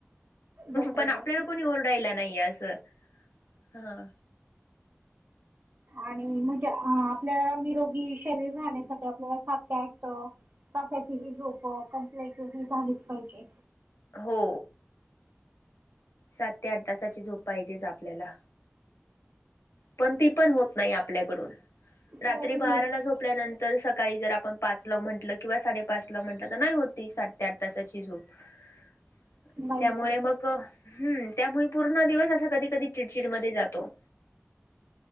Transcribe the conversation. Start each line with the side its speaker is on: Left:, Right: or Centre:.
Right: बरोबर
Left: पण आपल्याला कोणी ओरडायला नाही असं हा.
Right: आणि म्हणजे अ आपल्या निरोगी शरीर राहण्यासाठी आपल्याला सात ते आठ तासाची ही झोप कंपल्याची ही झालीच पाहिजे.
Left: हो. सात ते आठ तासाची झोप पाहिजेच आपल्याला. पण ती पण होत नाही आपल्याकडून रात्री
Right: नाही
Left: बाराला
Right: होत
Left: झोपल्यानंतर तर सकाळी जर आपण पाच ला म्हटलं किंवा साडेपाच ला म्हंटलं तर नाही होती साडे ते आठ तासाची झोप. ह
Right: नाहीच
Left: <unintelligible> त्यामुळे
Right: होत
Left: मग हम्म त्यामुळे पूर्ण दिवस असा कधी, कधी चिडचिडमध्ये जातो.